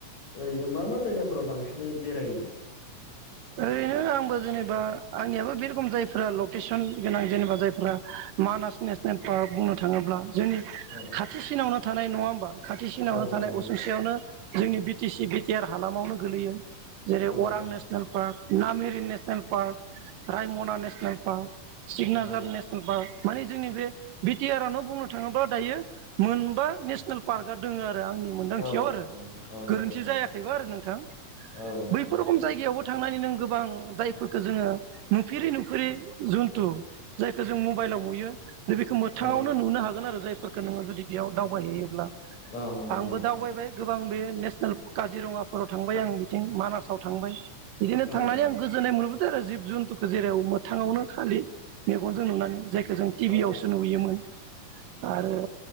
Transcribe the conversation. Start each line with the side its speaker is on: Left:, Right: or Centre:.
Left: ओरैनो मा मा जायगाफोराव बांसिनै बेरायो।
Right: ओरैनो आंबो जेनेबा आंनियाबो बे रोखोम जायफ्रा लकेसन गोनां जेनेबा जायफ्रा मानास नेसनेल पार्क बुंनो थाङोब्ला जोंनि
Left: औ
Right: खाथिसिनावनो थानाय नङा होमबा खाथिसिनावनो
Left: औ
Right: थानाय
Left: नंगौ
Right: असुंसेयावनो जोंनि B T C B T R हालामावनो गोगलैयो जेरै
Left: औ
Right: अरां
Left: नंगौ
Right: national park Nameri national park Raimona national park सिकनाझार
Left: औ
Right: नेसनेल पार्क माने जोंनि बे बिटि आर आवनो बुंनो थाङोब्ला दायो मोनबा नेसनेल पार्कआ दङ आरो आंनि मोनदांथियाव
Left: औ
Right: आरो
Left: नंगौ औ
Right: गोरोन्थि
Left: दङ नोंथां
Right: जायाखैबा आरो नोंथां
Left: औ नंगौ
Right: बैफोर
Left: नोंथां
Right: रखम जायगायावबो थांनानै नों गोबां जायफोरखौ जोङो नुफेरै नुफेरै जुन्थु जायखौ जों मबाइलाव नुयो दा बेखौ मोथाङावनो
Left: औ
Right: नुनो हागोन आरो जाय फोरखौ नोङो जुदि बेयाव दावबाहैयोबा ब्ला
Left: औ नंगौ
Right: आंबो
Left: नोंथां
Right: दावबायबाय गोबां बे नेसनेल काजिरङाफोराव थांबाय आं बिथिं मानासाव थांबाय बिदिनो
Left: औ
Right: थांनानै
Left: नंगौ
Right: आं गोजोननाय मोनो जिब जुन्थुखौ जेराव मोथाङावनो खालि मेगनजों नुनानै जाय जों टि
Left: औ
Right: भि यावसो नुयोमोन। आरो